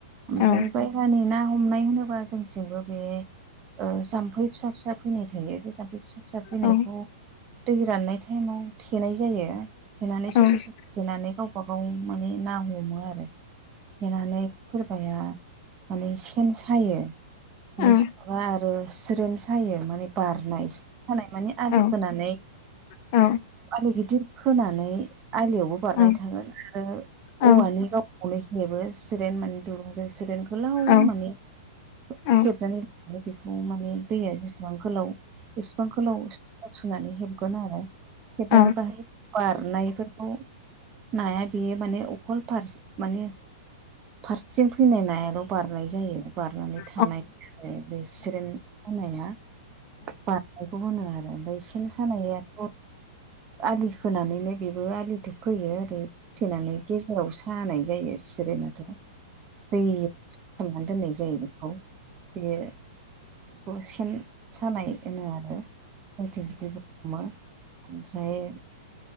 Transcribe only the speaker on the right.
ओमफ्राय
बाहेरानि ना हमनाय होनोब्ला जोंथिंबो बे ओ जामफै फिसा फिसा फैनाय थायो बे जामफै फिसा फिसा फैनायखौ
दै राननाय टाइमाव थेनाय जायो थेनानै
ससे ससे थेनानै गावबा गाव माने ना हमो आरो। थेनानै सोरबाया माने सेन सायो।
ओमफाय सोरबा आरो सिरोन सायो माने बारनाय सानाय माने आलि
खोनानै।
आलि गिदिर खोनानै आलियावबो बारनाय
थागोन। आरो
औवानि गाव अनो हेबो सिरेन माने दुरुंजों सिरेन गोलाव
माने
ओ हेबनानै लायो। बेखौ माने दैया जेसेबां गोलाव इसिबांखौल' सुनानै हेबगोन आरो। हेबनानै
बाहायो। बारनायफोरखौ नाया बेयो माने अखल फारस माने फारसेथिं फैनाय नायाल' बारनाय जायो। बारनानै
थानाय <unintelligible> बे सिरेन सानाया बारनायखौ होनो आरो। ओमफाय सेन सानायाथ' आलि खोनानैनो बेबो आलिथ' खोयो ओरै फथेनानै गेजेराव सानाय जायो। सिरेनाथ' दै खालामनानै दोननाय जायो बेखौ बियो बेखौ सेन सानाय होनो आरो, जोंथिं बिदिबो हमो। ओमफ्राय